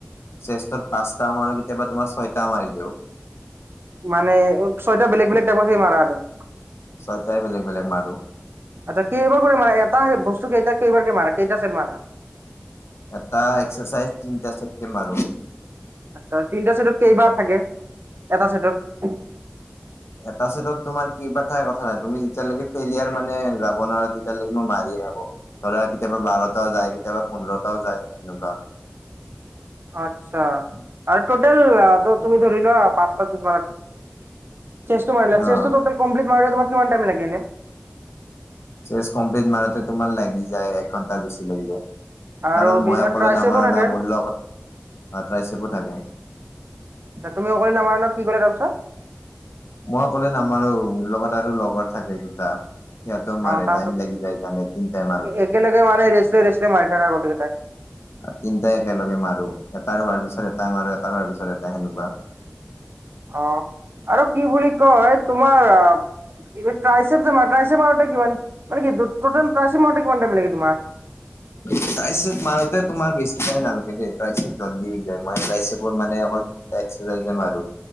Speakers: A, on the left (about 85°); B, on the right (about 60°).
A: চেষ্ঠৰ পাঁচ টা মাৰু আৰু কেতিয়াবা তোমাৰ ছয়টাও মাৰি দিওঁ।
B: মানে ছয়টা বেলেগ বেলেগ টাইপৰ সেই মাৰা আৰু আচ্ছা,
A: ছয়টাই বেলেগ বেলেগ মাৰো
B: কেইবাৰ কৰি মাৰা, এটা বস্তু কেইটা কেইবাৰকে মাৰা, কেইটা চেট মাৰা?
A: এটা এক্সাৰচাইজ তিনটা চেটকে মাৰো
B: আচ্ছা, তিনটা চেইটত কেইবাৰ থাকে, এটা চাইটত
A: এটা সেটত তোমাৰ কেইবাৰ থাকে কথা নাই তুমি তেতিয়ালৈকে ফেলিয়াৰ মানে যাব নোৱাৰা, তেতিয়ালৈকে মই মাৰিয়ে থাকো। ধৰা কেতিয়াবা বাৰটাও যায়, কেতিয়াবা পোন্ধৰটাও যায় এনেকুৱা।
B: আচ্ছা আৰু টোটেলত তুমি ধৰিলোৱা পাঁচ পাঁচ <unintelligible> চেছটো মাৰিলা,
A: অ
B: চেছটো টোটেল কমপ্লিট মাৰিলে কিমান টাইম লাগে এনে
A: চেছ কমপ্লিট মাৰোতে তোমাৰ লাগি যায়, এক ঘণ্টাৰ বেছি লাগি যায়।
B: আৰু
A: কাৰণ মই অকলে
B: ট্ৰাইচেপো
A: নামাৰো
B: থাকে
A: না, মোৰ লগত ট্ৰাইচেপো থাকে।
B: ত তুমি অকলি নামাৰা ন, কি ক'লা তাৰপিছত?
A: মই অকলে নামাৰো, মোৰ লগত আৰু লগৰ থাকে দুটা। সেয়াতো
B: অ
A: মাৰে,
B: তাহাঁতক
A: টাইম লাগি যায় হেকাৰণে তিনিটাই মাৰোতে।
B: একেলগে মানে ৰেচলে ৰেচলে মাৰি থাকা গোটেই কেইটাই
A: তিনিটাই একেলগে মাৰো এটাৰ হোৱাৰ পিছত এটাই মৰো এটাৰ হোৱাৰ পিছত এটাই সেনেকুৱা
B: অ আৰু কি বুলি কয় তোমাৰ ট্ৰাইচেপ যে মাৰা ট্ৰাইচেপ মাৰোতে কিমান মানে কি টু টোটেল ট্ৰাইচেপ মাৰোতে কিমান টাইম লাগে তোমাৰ
A: ট্ৰাইছেপ মাৰতে তোমাৰ বেছি টাইম নালাগে দেই ট্ৰাইছেপ জল্দি হৈ যায় ট্ৰাইছেপৰ মই তিনিটা এক্সাইজে মাৰো